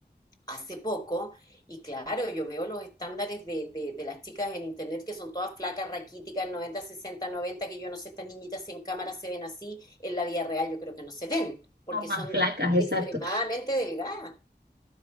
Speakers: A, on the left (about 20°); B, on the right (about 70°).
A: hace poco, y claro, yo veo los estándares de, de, de las chicas en internet que son todas flacas, raquíticas, noventa sesenta noventa que yo no sé, estas niñitas si en cámara se ven así, en la vida real yo creo que no se ven, porque
B: no más
A: son
B: flacas, exacto.
A: extremadamente delgadas.